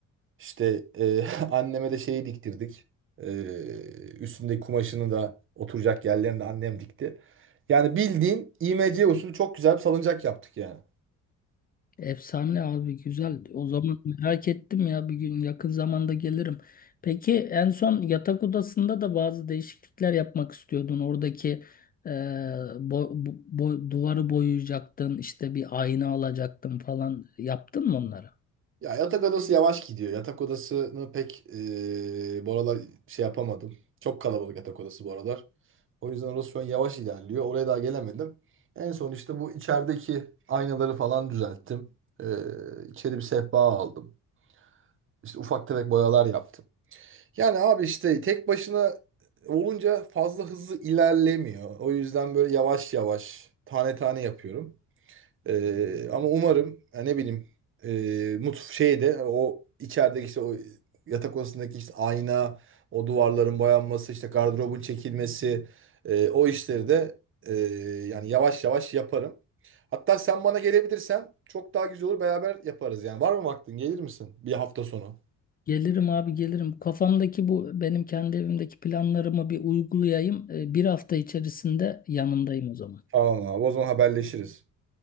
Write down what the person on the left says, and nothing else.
Efsane abi güzel. O zaman merak ettim ya bir gün yakın zamanda gelirim. Peki en son yatak odasında da bazı değişiklikler yapmak istiyordun. Oradaki e, bo- bo- bo- duvarı boyayacaktın, işte bir ayna alacaktın falan. Yaptın mı onları?
Gelirim abi gelirim. Kafamdaki bu benim kendi evimdeki planlarımı bir uygulayayım. E, bir hafta içerisinde yanındayım o zaman.